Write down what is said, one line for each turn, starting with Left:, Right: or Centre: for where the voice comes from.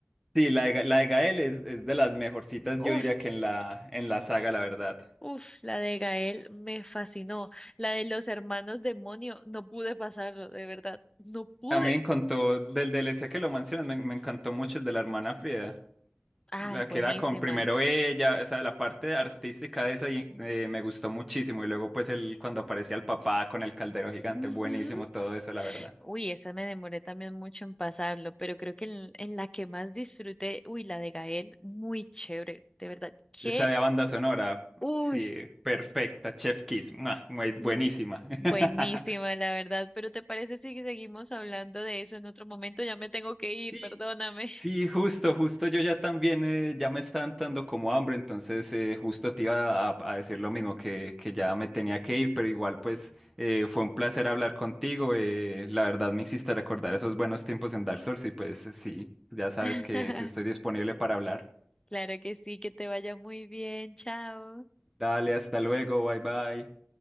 Centre: sí, la de, Ga- la de Gael es, es de las mejorcitas, yo
Left: Uf,
Centre: diría que en la, en la saga, la verdad.
Left: uf, la de Gael me fascinó. La de los hermanos demonio, no pude pasarlo, de verdad, no pude.
Centre: A mí me encantó, del DLC que lo mencionas, me, me encantó mucho el de la hermana Frida.
Left: Ay,
Centre: La
Left: buenísima.
Centre: que era con primero ella, o sea, la parte artística de esa y- eh, me gustó muchísimo. Y luego, pues, el, cuando aparecía el papá con el caldero gigante,
Left: Ujú.
Centre: buenísimo todo eso, la verdad.
Left: Uy, esa me demoré también mucho en pasarlo, pero creo que en, en la que más disfruté, uy, la de Gael, muy chévere, de verdad. Qué,
Centre: Esa de banda sonora,
Left: uy,
Centre: sí, perfecta, Chef Kiss, mua, muy buenísima.
Left: l-
Centre: <laughs>
Left: buenísima, la verdad. Pero ¿te parece si seguimos hablando de eso en otro momento? Ya me tengo que ir,
Centre: Sí,
Left: perdóname.
Centre: sí, justo, justo yo ya también, eh, ya me está dando como hambre, entonces eh, justo te iba a, a decir lo mismo, que, que ya me tenía que ir, pero igual pues eh, fue un placer hablar contigo, eh, la verdad me hiciste recordar esos buenos tiempos en Dark Souls y pues sí, ya sabes
Left: <laughs>
Centre: que, que estoy disponible para hablar.
Left: Claro que sí, que te vaya muy bien, chao.
Centre: Dale, hasta luego, bye bye.